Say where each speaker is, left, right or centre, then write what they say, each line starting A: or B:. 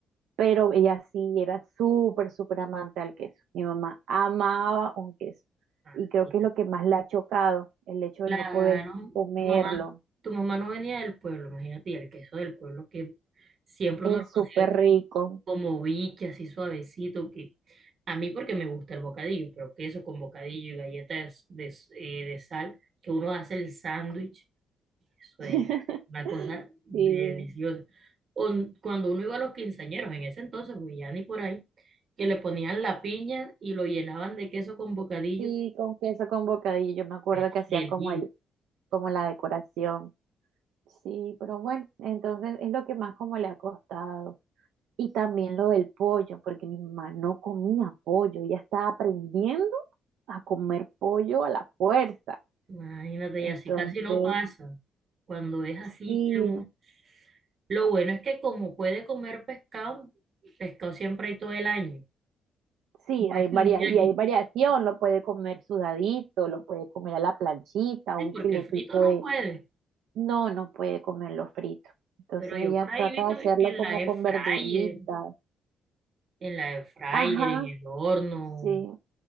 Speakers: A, on the right; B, on the right.
A: Pero ella sí era súper, súper amante al queso. Mi mamá amaba un queso.
B: Ah,
A: Y creo
B: mira.
A: que es lo que más la ha chocado, el hecho
B: Claro,
A: de no poder comerlo.
B: tu mamá, tu mamá no venía del pueblo, imagínate, y el queso del pueblo que siempre
A: Es
B: uno lo
A: súper
B: consigue
A: rico.
B: como, como biche, así suavecito, que a mí porque me gusta el bocadillo, pero queso con bocadillo y galletas de, s- eh, de sal, que uno hace el sándwich Eso
A: <laughs>
B: es una cosa deliciosa.
A: Sí.
B: On- Cuando uno iba a los quinceañeros, en ese entonces, pues ya ni por ahí, que le ponían la piña y lo llenaban de queso con bocadillo,
A: Sí, con queso, con bocadillo. Yo me acuerdo
B: era
A: que hacían
B: feliz.
A: como el, como la decoración. Sí, pero bueno, entonces es lo que más como le ha costado. Y también lo del pollo, porque mi mamá no comía pollo, ella estaba aprendiendo a comer pollo a la fuerza.
B: Imagínate,
A: Entonces,
B: y así casi no pasa. Cuando es así
A: sí,
B: que un... Lo bueno es que como puede comer pescado, pescado siempre hay todo el año.
A: sí,
B: <laughs>
A: hay varia-
B: Un día
A: y
B: aquí,
A: hay variación, lo puede comer sudadito, lo puede comer a la planchita, un
B: sí, porque
A: filetito
B: frito no
A: de,
B: puede.
A: No, no puede comerlo frito. Entonces
B: Pero yo
A: ella
B: por ahí
A: trata
B: vi que,
A: de hacerlo
B: que
A: como
B: en la air
A: con verduritas.
B: fryer, en la air fryer,
A: Ajá,
B: en el horno,
A: sí.